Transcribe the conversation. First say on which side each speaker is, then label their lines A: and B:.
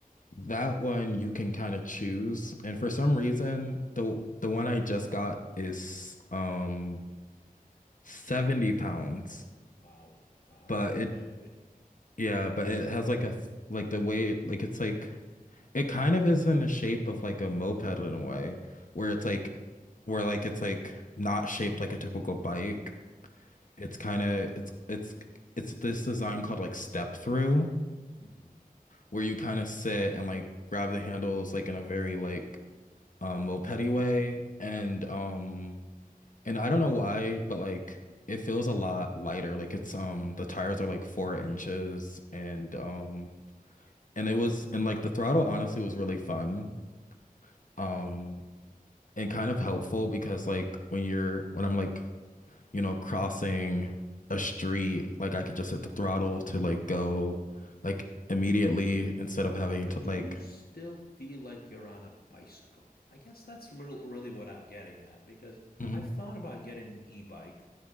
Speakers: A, on the left; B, on the left.
A: that one you can kind of choose. And for some reason, the the one I just got is um 70 pounds,
B: Wow. Wow.
A: but
B: That
A: it
B: is heavy.
A: yeah, but it has like a like the weight like it's like It kind of is in the shape of like a moped in a way, where it's like
B: Okay.
A: where like it's like not shaped like a typical bike. It's kind of it's it's it's this design called like step through,
B: Mm-hmm.
A: where you kind of sit and like grab the handles like in a very like um mopedy way. And um and I don't know why, but like it feels a lot lighter. Like it's um the tires are like four inches and um and it was and like the throttle honestly was really fun. Um and kind of helpful because like when you're when I'm like, you know, crossing a street, like I could just hit the throttle to like go like immediately instead of having
B: But
A: to
B: do
A: like
B: you still feel like you're on a bicycle? I guess that's real really what I'm getting at because
A: hmm
B: I've thought about getting an e-bike.